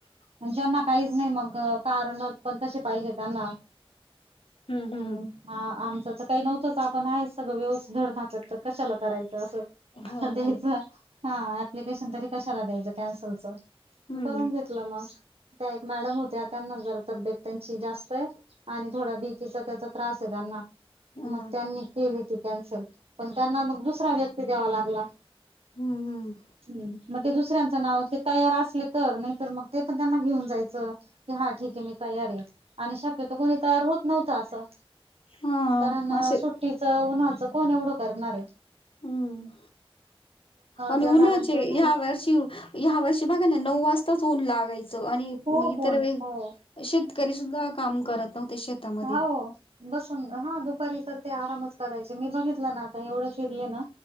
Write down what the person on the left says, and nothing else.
हम्म हम्म.
हो
हो.
हम्म.
हा.
हम्म हम्म
हा
असे
हम्म आणि
उन्हाचे
या वर्षी ह्या वर्षी बघा ना नऊ वाजताच ऊन लागायचं आणि
म इतर
वेळी
शेतकरी सुद्धा काम करत नव्हते शेतामध्ये.